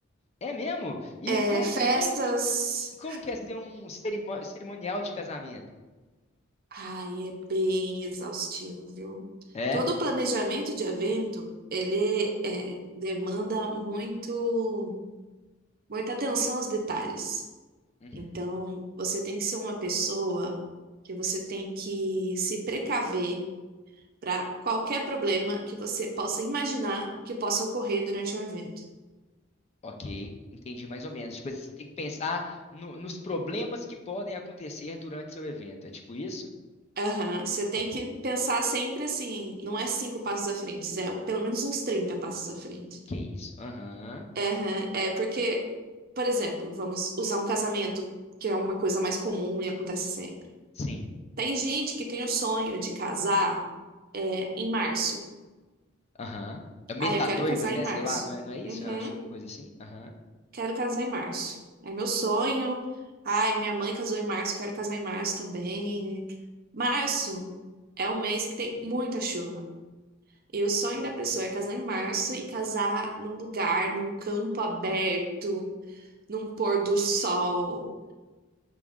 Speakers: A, on the left; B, on the right.
A: É mesmo? E
B: é,
A: como,
B: festas.
A: e como, que- como que é ser um cerimo- cerimonial de casamento?
B: Ai, é bem exaustivo, viu?
A: É?
B: Todo o planejamento de evento, ele é, demanda muito, muita atenção aos detalhes.
A: Uhum.
B: Então, você tem que ser uma pessoa que você tem que se precaver para qualquer problema que você possa imaginar que possa ocorrer durante um evento.
A: Ok, entendi mais ou menos. Tipo, você tem que pensar no- nos problemas que podem acontecer durante seu evento. É tipo isso?
B: Aham, Você tem
A: Ok.
B: que pensar sempre assim, não é cinco passos à frente, é pelo menos uns 30 passos à frente.
A: Que isso? Aham.
B: Aham, É porque, por exemplo, vamos usar um casamento, que é uma coisa mais comum e acontece sempre.
A: Sim.
B: Tem gente que tem o sonho de casar é, em março.
A: Aham. É o mês
B: Ah,
A: das
B: eu quero
A: noivas,
B: casar
A: né?
B: em março.
A: Sei lá, não é, não é isso?
B: Uhum.
A: Eu acho que é uma coisa assim. Aham.
B: Quero casar em março. É meu sonho. Ai, minha mãe casou em março, quero casar em março também. Março é um mês que tem muita chuva. E o sonho da pessoa é casar em março e casar num lugar, num campo aberto, num pôr do sol,